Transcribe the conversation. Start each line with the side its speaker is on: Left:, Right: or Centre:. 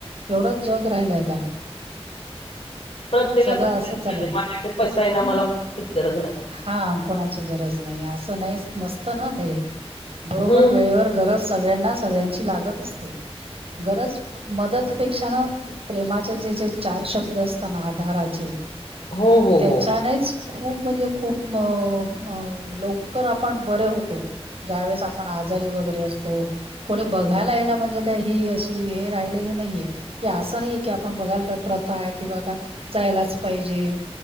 Right: एवढंच जग राहिलय आता.
Left: प्रत्येकाच
Right: सगळं
Left: तेच
Right: असंच
Left: झालंय,
Right: झालं.
Left: माझ्याकडे पैसा
Right: हम्म
Left: हायना मला कोणाची गरज नाही.
Right: हां, कोणाची गरज नाही आस नाही स नसत ना ते, बरोबर
Left: हम्म
Right: वेळेवर गरज सगळ्यांना सगळ्यांची लागत असते. गरज मदतपेक्षा ना, प्रेमाचे जे जे चार शब्द असत ना, आधाराचे
Left: हो हो
Right: त्याच्यानेच
Left: हो.
Right: खूप म्हणजे खूप म अ लवकर आपण बरे होतो. ज्यावेेळेस आपण आजारी वगैरे असतो कोणी बघायला येणं म्हणजे काय ही अशी हे राहि लेली नाहीये की असं नाहीे की आपण बघायला पा प्रथा आहे किंवा काय जायलाच पाहिजे.